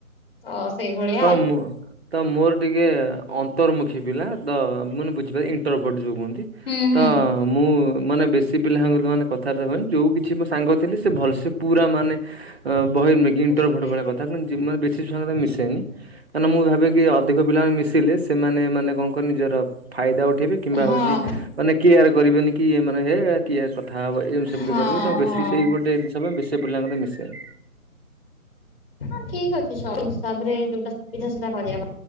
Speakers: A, on the left; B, on the right.
A: ଅ ସେଇଭଳି।
B: ତ ମୁଁ ତ ମୋର ଟିକେ ଅନ୍ତର୍ମୁଖୀ ପିଲା ତ ମାନେ ବୁଝିପାରେ ଇଣ୍ଟରଭୋଟ ଯୋଉ କୁହନ୍ତି।
A: ହୁଁ ହୁଁ।
B: ତ ମୁଁ ମାନେ ବେଶୀ ସେ ପିଲା ସାଙ୍ଗ ମାନେ କଥାବାର୍ତ୍ତା ଯୋଉ କିଛି ମୋ ସାଙ୍ଗ ଥିଲେ ସେ ଭଲସେ ପୁରା ମାନେ ଅ ବହେ ଇଣ୍ଟର
A: ହୁଁ
B: ଭଟ ଭଳି କଥା ମାନେ ଯ ମାନେ ବେଶୀ ସାଙ୍ଗ ତ ମିଶେନି ମାନେ ମୁଁ ଭାବେକି ଅଧିକ ପିଲାମାନେ ମିଶିଲେ ସେମାନେ ମାନେ କଣ କହିଲ ନିଜର ଫାଇଦା ଉଠେଇବେ। କିମ୍ବା
A: ହଁ ହଁ
B: ହଉଚି ମାନେ କେୟାର କରିବେନି କି ମାନେ ହେ କିଏ କଥା ହବ ଏମତି ସେମିତି
A: ହଁ
B: କରିବେ ତ ବେଶୀ
A: ହଁ
B: ସେଇ ଗୋଟେ ଜିନିଷ ପାଇଁ ବେଶୀ ପିଲାଙ୍କ ସହ ମିଶେନି।
A: ହଁ ଠିକ ଅଛି ସବୁ ହିସାବରେ ଯୋଉଟା ସୁବିଧା ସେଟା କରିବା କଥା।